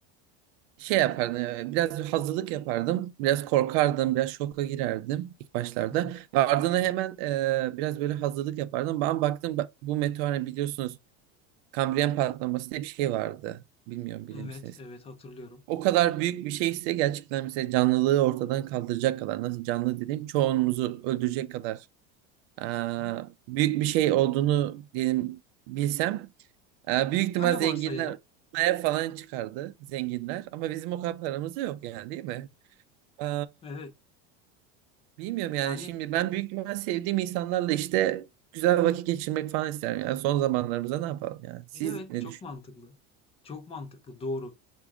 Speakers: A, on the right; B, on the left.
A: şey yapardım. eee, Biraz hazırlık yapardım. Biraz korkardım. Biraz şoka girerdim ilk başlarda.
B: Hı hı.
A: Ve ardına hemen eee, biraz böyle hazırlık yapardım. Ben baktım ba- bu meteor hani biliyorsunuz Kambriyen patlaması diye bir şey vardı. Bilmiyorum bilir
B: Evet,
A: misiniz?
B: evet hatırlıyorum.
A: O kadar büyük bir şey ise gerçekten mesela canlılığı ortadan kaldıracak kadar nasıl canlı dediğim çoğunumuzu öldürecek kadar eee,
B: Hı hı.
A: büyük bir şey olduğunu diyelim bilsem ee, büyük ihtimal
B: Öyle
A: zenginler
B: varsayalım.
A: ev falan çıkardı zenginler ama bizim o kadar paramız da yok yani değil mi? Ee,
B: Evet.
A: bilmiyorum yani
B: Yani
A: şimdi ben büyük ihtimal sevdiğim insanlarla işte güzel vakit geçirmek falan isterim. Yani son zamanlarımızda ne yapalım yani? Siz
B: evet
A: ne
B: çok
A: düşünüyorsunuz?
B: mantıklı. Çok mantıklı. Doğru.